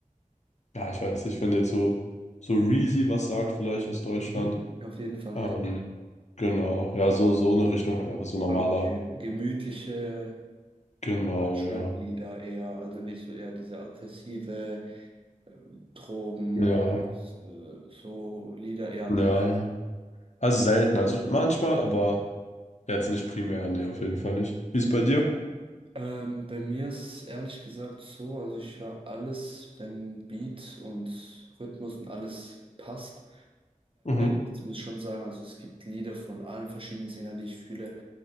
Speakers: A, on the left (about 55°); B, on the right (about 40°).
A: Ja, ich weiß nicht, wenn jetzt so, so Reezy was sagt, vielleicht aus Deutschland.
B: Mhm. Auf jeden Fall,
A: Ähm,
B: ja.
A: genau, ja, so, so eine Richtung halt einfach so normaler.
B: Okay, gemütliche
A: Genau,
B: Deutschrap-Lieder
A: ja.
B: eher, also nicht so eher diese aggressive äh, Drogen,
A: Ja,
B: Mords, äh, so Lieder eher
A: ja.
B: nicht.
A: ja. Also selten, also manchmal, aber jetzt nicht primär, nee, auf jeden Fall nicht. Wie ist bei dir?
B: Ähm, bei mir ist es ehrlich gesagt so, also ich höre alles, wenn Beat und Rhythmus und alles passt.
A: Mhm,
B: Jetzt muss ich schon sagen, also es gibt Lieder von allen verschiedenen Sängern, die ich fühle.